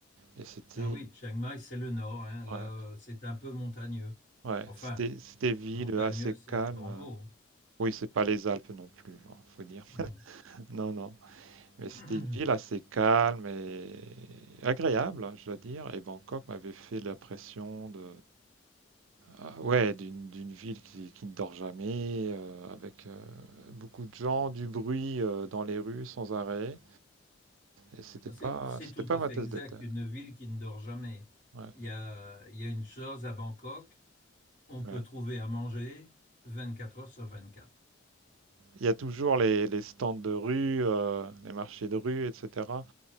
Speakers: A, on the right; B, on the left.
A: Et c'était,
B: Ah oui, Chiang Mai, c'est le nord, hein. Là,
A: ouais,
B: c'est un peu montagneux.
A: ouais,
B: Enfin,
A: c'était, c'était ville
B: montagneux,
A: assez
B: c'est
A: calme.
B: un grand mot. hein.
A: Oui, c'est pas les Alpes non plus, hein, faut dire.
B: Non.
A: <laughs> Non, non. Mais
B: <clears throat>
A: c'était une ville assez calme et agréable, hein, je dois dire. Et Bangkok m'avait fait l'impression de Ah ouais, d'une d'une ville qui, qui ne dort jamais, euh, avec euh, beaucoup de gens, du bruit euh, dans les rues sans arrêt. Et c'était pas,
B: C'est, c'est
A: c'était
B: tout
A: pas
B: à
A: ma
B: fait
A: tasse
B: exact.
A: de thé.
B: Une ville qui ne dort jamais.
A: Ouais,
B: Il y a, il y a une chose à Bangkok, on peut
A: ouais.
B: trouver à manger 24 heures sur 24.
A: Il y a toujours les, les stands de rue, euh, les marchés de rue, etc.